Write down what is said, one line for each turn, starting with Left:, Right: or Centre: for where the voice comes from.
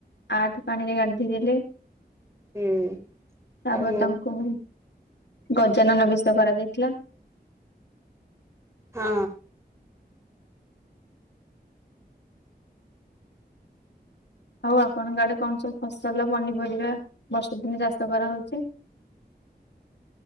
Left: ଆଠ ପାଣି ରେ ଗାଧେଇ ଦେଲେ।
Right: ହୁଁ
Left: ତାପରେ
Right: ଆଉ
Left: ତାଙ୍କୁ। ଗଜାନନ ବେଶ କରାଯାଇଥିଲା।
Right: ହଁ।
Left: ଆଉ ଆପଣଙ୍କ ଆଡେ କଣ ସବୁ ଫସଲ ପନିପରିବା ବର୍ଷକୁ ପୁଣି ଚାଷ କରାହଉଛି।